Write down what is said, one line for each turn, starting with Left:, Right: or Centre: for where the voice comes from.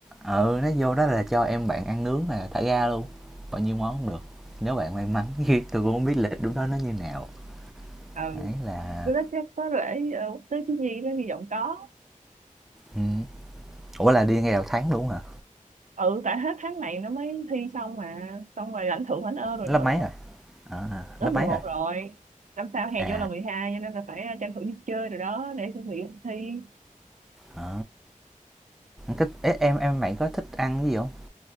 Centre: ừ nó vô đó là cho em bạn ăn nướng là thả ga luôn bao nhiêu món cũng được nếu bạn may mắn <laughs> tôi cũng không biết lịch đúng đó nó như nào
Right: ừ
Centre: đấy là
Right: cái đó chắc có lễ ờ, quốc tế thiếu nhi đó hy vọng có
Centre: ừ. ủa là đi ngay đầu tháng luôn hả
Right: ừ tại hết tháng này nó mới thi xong mà xong rồi lãnh thưởng lãnh ơn rồi
Centre: lớp
Right: nữa
Centre: mấy rồi à,
Right: lớp
Centre: lớp
Right: mười
Centre: mấy
Right: một
Centre: rồi
Right: rồi năm sau hè
Centre: à,
Right: vô là 12, cho nên là phải ờ, tranh thủ đi chơi rồi đó để chuẩn bị thi
Centre: à. Thích, ế, em em bạn có thích ăn cái gì không